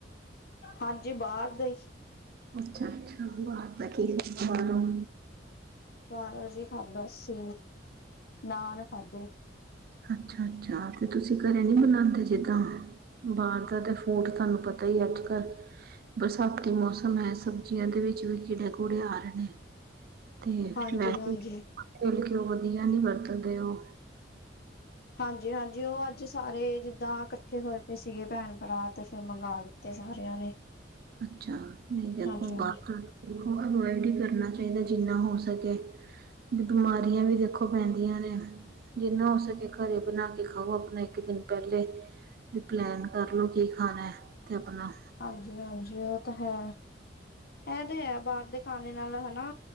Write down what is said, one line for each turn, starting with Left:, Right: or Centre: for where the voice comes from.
Left: ਹਾਂਜੀ, ਬਾਰ ਦਾ ਈ।
Right: ਅੱਛਾ-ਅੱਛਾ ਬਾਰ ਦਾ ਕੀ ਖਾਂਦਾ ਬਾਰੋਂ?
Left: ਬਾਰਾ ਵਜੇ ਖਾਦਾ ਸੀ, ਨਾਨ ਖਾਧੇ।
Right: ਅੱਛਾ-ਅੱਛਾ, ਤੇ ਤੁਸੀਂ ਘਰੇ ਨਹੀ ਬਣਾਦੇ ਜਿੱਦਾਂ? ਬਾਰ ਦਾ ਤੇ ਫੂਡ ਤਾਨੂੰ ਪਤਾ ਹੀ ਅੱਜ-ਕੱਲ੍ਹ। ਬਰਸਾਤੀ ਮੌਸਮ ਹੈ, ਸਬਜ਼ੀਆਂ ਦੇ ਵਿੱਚ ਵੀ ਕੀੜੇ ਕੂੜੇ ਆ ਰਹੇ ਨੇ ਤੇ
Left: ਹਾਂਜੀ
Right: ਵੈਸੇ
Left: ਹਾਂਜੀ
Right: ਵੀ ਤਿਲ-ਕੇਓ ਵਧੀਆ ਨੀ ਵਰਤਦੇ ਓ
Left: ਹਾਂਜੀ-ਹਾਂਜੀ, ਉਹ ਅੱਜ ਸਾਰੇ ਜਿੱਦਾਂ ਇਕੱਠੇ ਹੋਏ ਪਏ ਸੀਗੇ ਪੈਣ-ਪਰਾ ਤੇ ਫਿਰ ਮੰਗਾ ਲਿੱਤੇ ਸਾਰਿਆਂ ਨੇ।
Right: ਅੱਛਾ, ਨਹੀਂ ਦੇਖੋ
Left: ਹਾਂਜੀ ਹਾਂਜੀ
Right: ਬਾਹਰ ਤੇ ਦੇਖੋ ਅਵੋਇਡ ਹੀ ਕਰਨਾ ਚਾਹੀਦਾ ਜਿੰਨਾ ਹੋ ਸਕੇ। ਵੀ ਬਿਮਾਰੀਆਂ ਵੀ ਦੇਖੋ ਪੈਂਦੀਆਂ ਨੇ ਜਿੰਨਾ ਹੋ ਸਕੇ ਘਰੇ ਬਣਾ ਕੇ ਖਾਓ ਆਪਣੇ ਇੱਕ ਦਿਨ ਪੈਲੇ। ਵੀ ਪਲੈਨ ਕਰਲੋ ਕੀ ਖਾਣਾ ਤੇ ਅਪਣਾ
Left: ਹਾਂਜੀ-ਹਾਂਜੀ ਉਹ ਤੇ ਹੈ, ਐ ਤੇ ਹੈ ਬਾਹਰ ਦੇ ਖਾਣੇ ਨਾਲ ਹੈਨਾ